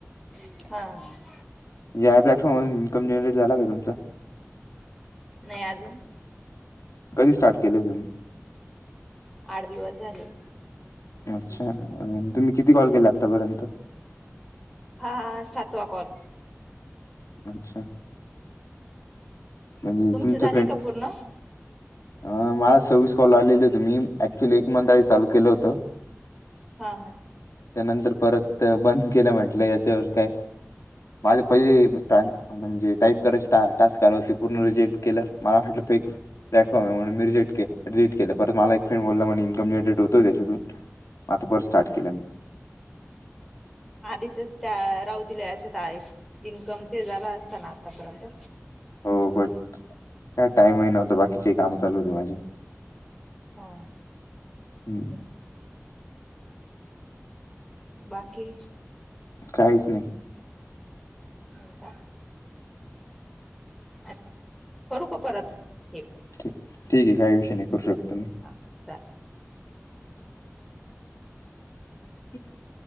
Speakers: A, in the centre; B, on the left.
A: हा
B: या प्लॅटफॉर्मवर इन्कम जनरेट झालं का तुमचा?
A: नाय अजून
B: कधी स्टार्ट केलय तुम्ही?
A: आठ दिवस झाले.
B: अच्छा, तुम्ही किती कॉल केले आतापर्यंत?
A: हा सातवा कॉल.
B: अच्छा म्हणजे
A: तुमचे
B: तुमच
A: झाले
B: फ्रेंड
A: का पूर्ण हा
B: अ मला सव्वीस कॉल आलेले होते. मी ऍक्च्युली एक मंथ आधी चालू केलं होत.
A: हा हा
B: त्यानंतर परत बंद केल्या म्हंटलं याच्यावर काय माझे पहिले <unintelligible> म्हणजे टाईप करायचे ट-टास्क आलं होते. पूर्ण रिजेक्ट केलं मला वाटलं फेक प्लॅटफॉर्म आहे म्हणून मी रिजेट केल, डिलिट केल, परत मला एक फ्रेड बोलला म्हणे इन्कम जनरेट होतोय त्याच्यातून आता परत स्टार्ट केलं मी.
A: आधीचच त्या राहू दिले असते एक इन्कम ते झालं असत ना आतापर्यंत.
B: हो पण काय टाईमही नव्हता. बाकीचेही काम चालू होती माझी.
A: हा
B: हम्म
A: बाकी
B: काहीच नाही.
A: होका अ करू का परत? एक.
B: ठीक ये काही विषय नाही. करू शकता म्ही
A: हा चाललं
B: <unintelligible>